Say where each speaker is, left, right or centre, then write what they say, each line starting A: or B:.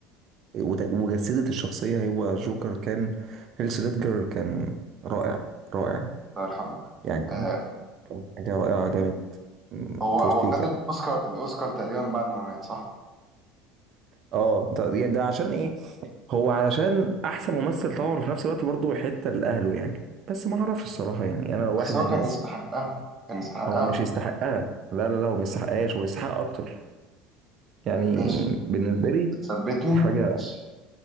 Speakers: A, on the right; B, on the right.
A: وتج- وجسدت الشخصيه هو جوكر كان هيلث ليدجر كان رائع رائع
B: الله يرحمه
A: يعني
B: آه،
A: كان حاجه رائعه جامد م،
B: هو
A: فورتيكا
B: هو خد الاوسكار الاوسكار تقريبا بعد ما مات صح
A: اه ده يا ده عشان ايه هو علشان احسن ممثل طبعا وفي نفس الوقت برضه حته لاهله يعني بس ما اعرفش الصراحه يعني انا لو واحد
B: بس
A: من
B: هو
A: الناس
B: كان يستحقها كان يستحقها
A: هو مش يستحقها لا لا لا هو ما يستحقهاش هو يستحق اكتر يعني
B: ماشي
A: بالنسبه لي
B: بتثبتني
A: دي حاجه
B: ماشي